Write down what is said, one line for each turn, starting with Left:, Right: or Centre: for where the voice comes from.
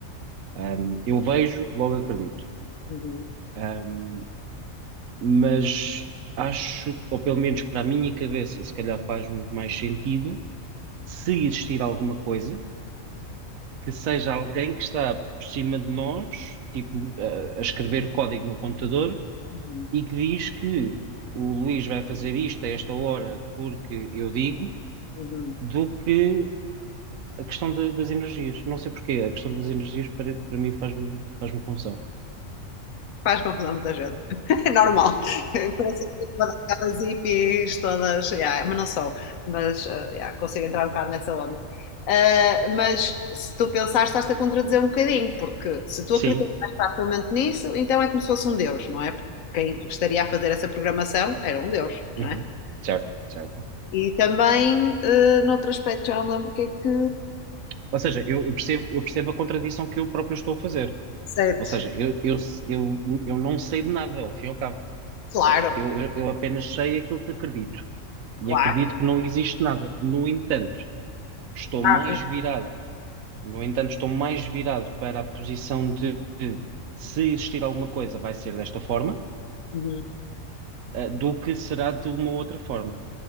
Right: Um, eu vejo, logo acredito.
Left: Uhum,
Right: Um, mas acho, ou pelo menos para a minha cabeça, se calhar faz mais sentido, se existir alguma coisa, que seja alguém que está por cima de nós, tipo, a, a escrever código no computador,
Left: uhum,
Right: e que diz que o Luís vai fazer isto a esta hora porque eu digo,
Left: uhum.
Right: do que a questão da- das energias. Não sei porquê, a questão das energias para, para mim faz-me faz-me confusão.
Left: Faz confusão a muita gente. <laughs> É normal. Parece que todas aquelas hippies, todas, yeah, mas não sou, mas eh, yeah, consigo entrar um bocado nessa onda. Eh, mas se tu pensares, estás-te a contradizer um bocadinho, porque se tu
Right: Sim.
Left: acreditas mais facilmente nisso, então é como se fosse um Deus, não é? Porque quem estaria a fazer essa programação era um Deus,
Right: Uhum.
Left: não é?
Right: Certo, certo.
Left: E também, eh, noutro aspecto, já não me lembro o que é que.
Right: Ou seja, eu, eu percebo, eu percebo a contradição que eu próprio estou a fazer.
Left: Certo.
Right: Ou seja, eu, eu, eu, eu não sei de nada, ao fim e ao cabo.
Left: Claro,
Right: Aqui- Eu, eu, eu apenas sei aquilo que acredito. E
Left: claro.
Right: acredito que não existe nada. No entanto, estou mais
Left: Ah,
Right: virado, no entanto, estou mais virado para a posição de, de se existir alguma coisa, vai ser desta forma,
Left: uhum.
Right: eh, do que será de uma outra forma.